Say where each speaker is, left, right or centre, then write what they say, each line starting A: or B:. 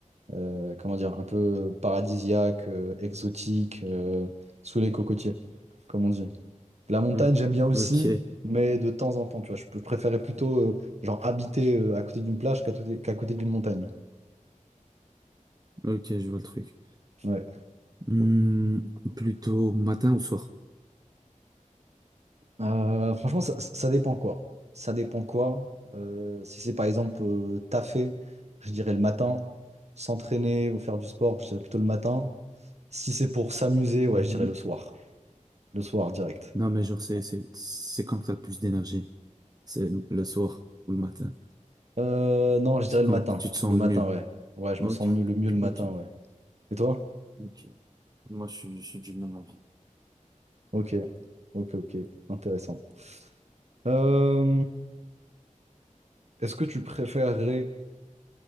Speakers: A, on the right; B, on the right.
A: euh, comment dire, un peu paradisiaque, euh, exotique, euh, sous les cocotiers, comme on dit. La montagne,
B: Ok,
A: j'aime bien aussi,
B: ok,
A: mais de temps en temps, tu vois. Je préférais plutôt, euh, genre, habiter euh, à côté d'une plage qu'à côté qu'à côté d'une montagne.
B: ok, je vois le truc.
A: Ouais.
B: Hum, plutôt matin ou soir?
A: Euh, franchement, ça, ça dépend quoi. Ça dépend quoi. Euh, si c'est par exemple euh, taffer, je dirais le matin. S'entraîner ou faire du sport, je dirais plutôt le matin. Si c'est pour s'amuser, ouais,
B: Hum,
A: je dirais le soir. Le soir, direct.
B: Non, mais genre, c'est, c'est, c'est quand que t'as le plus d'énergie? C'est le soir ou le matin?
A: Euh, non, je
B: C'est
A: dirais le
B: quand
A: matin.
B: que tu te sens
A: Le matin,
B: le mieux?
A: ouais. Ouais, je
B: Ok,
A: me sens mieux, le mieux le matin,
B: ok,
A: ouais. Et toi?
B: ok. Moi, je suis, je suis du même avis.
A: Ok. Ok, ok. Intéressant. Euh, Est-ce que tu préférerais